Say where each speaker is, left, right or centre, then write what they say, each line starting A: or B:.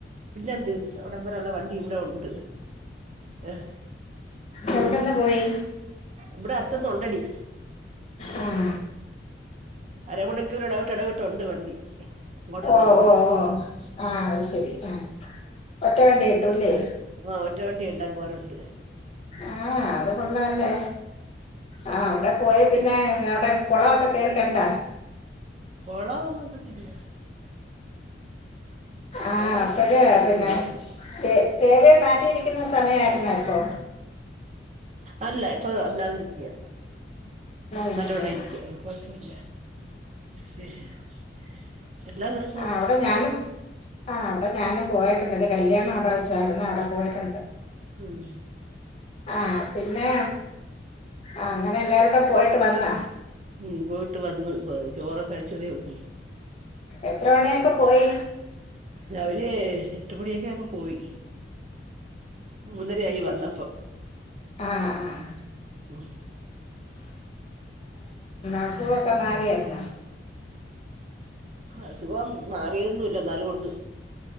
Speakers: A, on the right; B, on the left.
A: പിന്നെന്ത് അവിടം വരെ ഉള്ള വണ്ടി ഇവിടെ ഉണ്ട്. ഏഹ്
B: എവിടെന്ന് പോയി?.
A: ഇവിടെ അടുത്തുന്നു ഉണ്ടടി.
B: ആഹ്
A: അരമണക്കൂർ ഇടവിട്ട് ഇടവിട്ട് ഉണ്ട് വണ്ടി. ഇങ്ങോട്ടുള്ള
B: ഓഹ്
A: വണ്ടി
B: ഓഹ് ഓഹ് ആഹ് അഹ് ശരി ആഹ് ഒറ്റ വേണ്ടി കട്ടുംല്ലേ?.
A: ആഹ് ഒറ്റ വണ്ടിണ്ട് അങ്ങോരണ്ട്.
B: ആഹ് അത് കൊള്ളല്ലേ?. ആഹ് അവിടെ പോയി പിന്നെ അവിടെ കുളക്കെ കേറിക്കണ്ട
A: കൊളംന്നും കണ്ടില്ല.
B: ആഹ്
A: കൊളം
B: അപ്പഴ
A: ഉണ്ടോ ആ കണ്ടില്ല
B: പിന്നെ
A: കൊളമൊന്നും
B: ദേ ദേവയെ മാറ്റിയിരിക്കുന്ന സമയായിരുന്നോ അപ്പോ?.
A: അല്ല ഇപ്പൊ അല്ലാതിരിക്കയാ,
B: ഇരിക്കുകയാണ്
A: നല്ലൊണം ഇരിക്കുക കൊഴപ്പല്ല. <unintelligible>
B: ആ അവിടെ ഞാനും ആ അവിടെ ഞാനും പോയിട്ടുണ്ട് എൻ്റെ കല്യാണം അവിടെ വച്ചായിരുന്നു. അവിടെ പോയിട്ടുണ്ട്.
A: ഉം
B: ആഹ് പിന്നെ ആ അങ്ങനെ എല്ലാരുടെ പോയിട്ട് വന്നാ
A: ഉം പോയിട്ട് വന്ന് ചോറ് കഴിച്ചതേ ഉള്ളൂ
B: എത്ര മണിയായപ്പോ പോയി?
A: രാവിലെ എട്ട് മണിയൊക്കെ ആയ്പം പോയി മുന്നര ആയി വന്നപ്പ
B: ആഹ് ആഹ്
A: ഉം
B: അസുഖക്കെ മാറിയായിരുന്ന
A: അസുഖം മാറിയന്നുംല്ല എന്നാലും ഉണ്ട്